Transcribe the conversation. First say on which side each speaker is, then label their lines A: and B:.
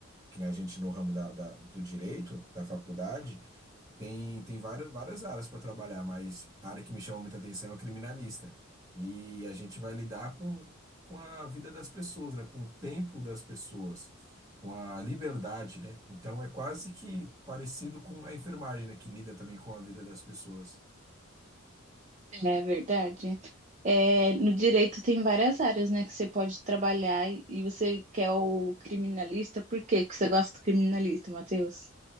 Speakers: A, on the right; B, on the right.
A: que nem a gente no ramo da, da- do direito, da faculdade, tem, tem várias, várias áreas para trabalhar, mas a área que me chama muita atenção é o criminalista. E a gente vai lidar com, com a vida das pessoas, né? Com o tempo das pessoas, com a liberdade, né? Então é quase que parecido com a enfermagem, né? Que lida também com a vida das pessoas.
B: né? É verdade. É, no direito tem várias áreas, né, que você pode trabalhar e e você quer o criminalista, por quê que você gosta do criminalista, Matheus?